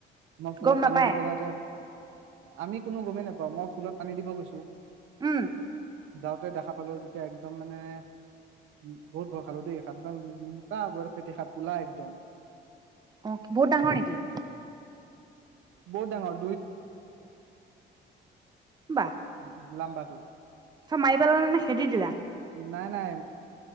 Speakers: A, on the right; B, on the right.
A: মই ফুলত
B: গম নাপায়?
A: পানী দিব যাওঁতে আমি কোনো গমেই নাপাওঁ মই ফুলত পানী দিব গৈছোঁ।
B: উম।
A: যাওঁতে দেখা পালোঁ যেতিয়া একদম মানে উ বহুত ভয় খালো দেই এইখন মোটা বৰ ফেতি সাপ‌ কোলা‌ একদম।
B: অ' বহুত ডাঙৰ নেকি?
A: বহুত ডাঙৰ
B: বাহ,
A: উম। লাম্বাটো
B: চব মাৰি পেলানে নে খেদি দিলা?
A: নাই নাই